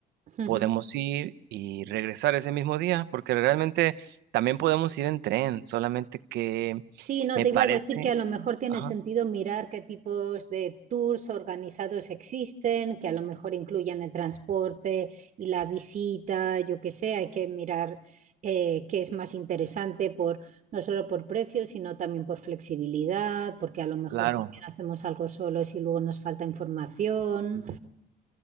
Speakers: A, on the right; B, on the right.
A: ujú.
B: podemos ir y regresar ese mismo día, porque realmente también podemos ir en tren, solamente que
A: Sí, no,
B: me
A: te
B: parece,
A: iba a decir que a lo mejor tiene
B: ajá,
A: sentido mirar qué tipos de tours organizados existen, que a lo mejor incluyan el transporte y la visita, yo qué sé, hay que mirar eh, qué es más interesante por, no solo por precio, sino también por flexibilidad, porque a lo mejor
B: claro,
A: también hacemos algo solo si luego nos falta información,